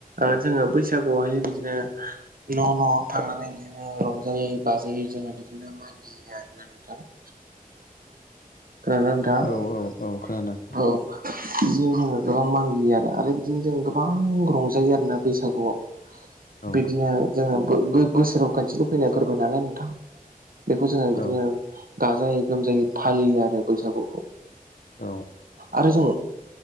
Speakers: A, on the right (about 70°); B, on the left (about 70°).
A: ओ जोङो बैसागुआवहाय बिदिनो न' न' थांनानै बिदिनो रंजायै बाजायै जोङो बिदिनो मागियो आरो ना नोंथां। <inaudible> खोनादोंना
B: औ
A: नोंथाङा
B: औ औ खोनादों।
A: औ बिदिनो जोङो गोबां मागियो आरो। आरो बिदिनो जों गोबां रंजायो आरोना बैसागुआव।
B: औ
A: बिदिनो जोङो बो-बो-बोसोराव खोनसेल' फैनाय फोरबो नालाय नोंथां। बेखौ जोङो बिदिनो
B: औ
A: गाजायै गोमजायै फालियो आरो बैसागुखौ।
B: औ
A: आरो जों